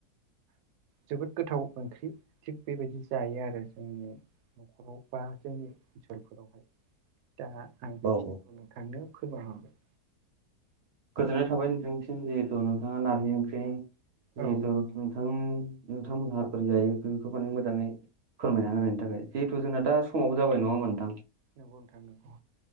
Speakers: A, on the right; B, on the right.
A: जोबोद गोथाव ओंख्रि थिग बेबायदि जायो आरो जोंनि। न'खराव बा जोंनि ओनसोलफोरावहाय दा आं बेखिनिखौनो
B: औ
A: नोंथांनो फोरमाय हरबाय।
B: गोजोननाय थाबाय नोंथांनिसिम जिहेथु नोंथाङा नारजि ओंख्रिनि जिहेथु
A: औ
B: नोंथां नोंथांमोनहा बोरै जायो बेफोरखौ माने मोजाङै फोरमायना
A: औ
B: होनायनि थाखाय जिहेथु जोंना
A: औ
B: दा समावबो जाबाय नङा होमबा नोंथां
A: नंगौ नोंथां नंगौ।